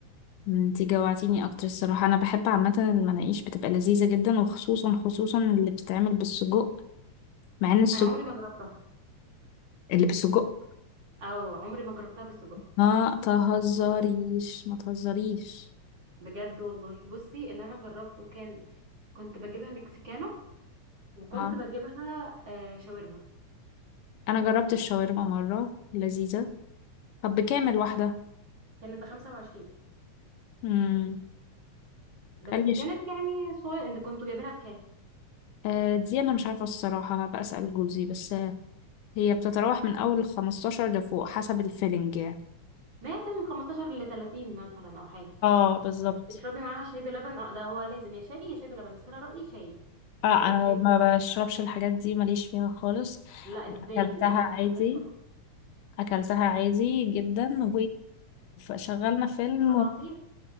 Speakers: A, on the left; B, on the right.
A: انت جوعتيني اكتر الصراحة انا بحب عامة المناقيش بتبقى لذيذة جدا وخصوصا خصوصا اللي بتتعمل بالسجق مع ان السجق
B: انا عمري ما جربتها
A: اللي بالسجق
B: او عمري ما جربتها بالسجق
A: ما تهزريش ما تهزريش
B: بجد والله بصي اللي انا جربته كان كنت بجيبها مكسيكانو وكنت
A: اه
B: بجيبها آه شاورما
A: انا جربت الشاورما مرة لذيذة طب بكامل واحدة
B: كانت ب 25
A: امم
B: بس
A: قاليش
B: كانت يعني صغيره انت كنتوا جايبينها بكام
A: آه دي انا مش عارفة الصراحة هبقى اسأل جوزي بس آه، هي بتتراوح من اول 15 لفوق حسب الفيلنج يعني
B: ما كان 15 ل 30 مثلا او حاجه
A: اه بالظبط
B: تشربي معاها شاي بلبن اه ده هو لازم يا شاي يا شاي بلبن بس انا رأيي شاي
A: اه
B: لازم
A: انا
B: شاي
A: ما
B: تاني معاها
A: بشربش الحاجات دي ماليش فيها خالص
B: لا ازاي
A: اكلتها
B: ايه ده
A: عادي
B: بتهزري طبعا
A: اكلتها عادي جدا وشغلنا فيلم
B: طب
A: و...
B: عصير